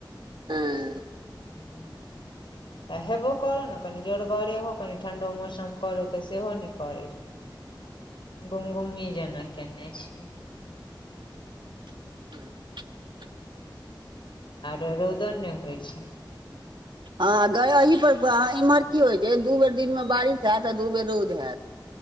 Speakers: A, on the right; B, on the left.
A: एंय
B: हूँ। <inaudible> त हेबो करहो ने, कनि जोड़गरेहो कनि ठण्डो मौसम करहो तऽ सेहो नहि करै छै। गुम- गुमी जेना केने छै।
A: <inaudible>
B: आरो रौउदो नय होइ छै।
A: हँ गयहि पर इम्हर की होइत छै, दू बेर दिन में बारिश हैत आ दू बेर रौद हैत।